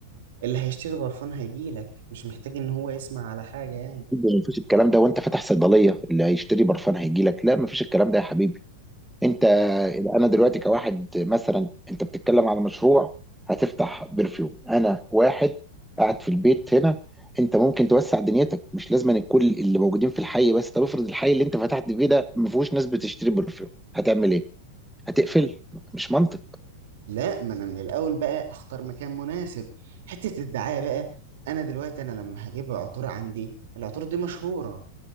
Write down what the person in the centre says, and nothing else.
مفيش الكلام ده وانت فاتح صيدليه اللي هيشتري برفان هيجي لك لا مفيش الكلام ده يا حبيبي انت انا دلوقتي كواحد مثلا انت بتتكلم على مشروع هتفتح برفيوم انا واحد قاعد في البيت هنا انت ممكن توسع دنيتك مش لازم أن كل اللي موجودين في الحي بس طب افرض الحي اللي انت فتحت فيه ده ما فيهوش ناس بتشتري برفيوم هتعمل ايه هتقفل مش منطق